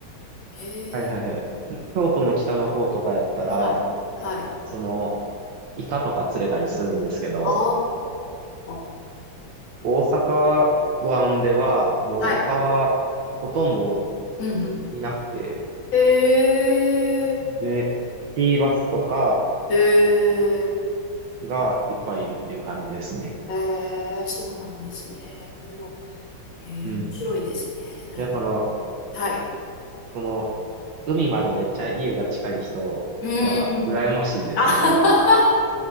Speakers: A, on the left; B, on the right.
A: へえ。
B: はいはいはい。京都の北の方とかやったら、
A: ーはい。はい。
B: その、イカとか釣れたりするんですけど、
A: ああ。
B: 大阪湾では、もうイカはほとんど
A: はい。うんうん。
B: いなくて、
A: へえ。
B: で、シーバスとか
A: へえ。
B: がいっぱいいるっていう感じですね。
A: へえ。そうなんですね。でも、へえ、
B: うん。
A: 面白いですね。なる。
B: だから、
A: はい。
B: その、海までめっちゃ家が近い人は、
A: うん。
B: 羨ましいですね。
A: あはは